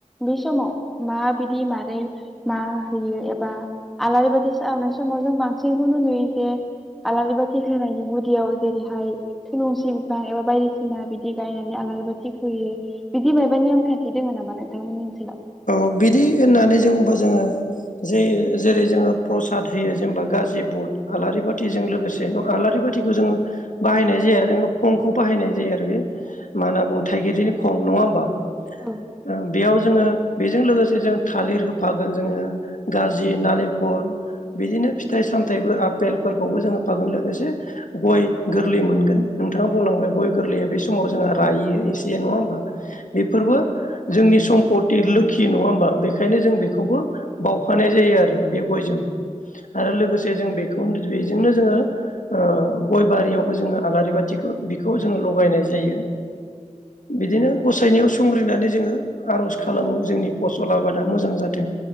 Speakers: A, in the centre; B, on the left.
A: बे समाव माबायदि मारै मा होयो एबा आलारि बाथि सावनाय समाव जों बांसिनखौनो नुयो जे आलारि बाथि होनायनि गुदियाव जेरैहाय थुलुंसि बिफां एबा बायदिसिना बिदि गायनानै आ <unintelligible> थि होयो बिदि मायबा नेम खान्थि दङ नामा नोंथांमोननि ओनसोलाव?
B: औ बिदि होननानै जों बो जोङो जे जेरै जोङो प्रसाद होयो जेनेबा गाजि बुट आलारि बाथिजों लोगोसे आलारि न बा बाथिखौ जोङो बाहायनाय जाया जोङो खंखौ बाहायनाय जायो आरो बे मा होनना बुङो थाइगिरनि खं नङा होमबा
A: औ
B: ओ बेयाव जोङो- बेजों लोगोसे जों थालिर होफागोन जोङो गाजि नालेंखल बिदिनो फिथाइ साम सामथाइबो आपेलफोरखौबो जोङो होफागोन लोगोसे गय गोरलै मोनगोन नोंथाङा बुंलांबाय गय गो गोरलैया बे समाव जोंहा रायो एसे नङा होमबा बेफोरबो जोंनि सम्पति लोगो खि नङा होमबा बेखायनो जों बेखौबो बावफानाय जायो आरो बे गयजों। आरो लोगोसे जों बेखौनो बेजोंनो जोङो ओ गय बारियावबो जोङो आलारि बाथिखौ बेखौ जोङो लगायनाय जायो।
A: <inaudible>
B: बिदिनो गसाइनायाव संग्रिनानै जोङो आर'ज खालामो जोंनि फसल आबादा मोजां जाथों